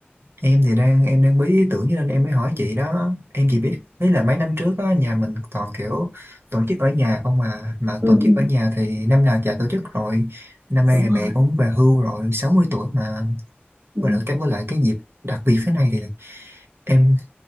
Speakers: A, on the right (about 75°); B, on the right (about 55°).
A: em thì đang em đang bí ý tưởng cho nên em mới hỏi chị đó. Em chỉ biết, ý là mấy năm trước á, nhà mình toàn kiểu tổ chức ở nhà không mà. Mà
B: ừ,
A: tổ chức
B: ừ,
A: ở nhà thì năm nào chả tổ chức rồi. Năm nay
B: đúng
A: là
B: rồi
A: mẹ cũng về hưu rồi, 60 tuổi mà.
B: ừ,
A: Và lại cái với lại cái dịp đặc biệt thế này thì em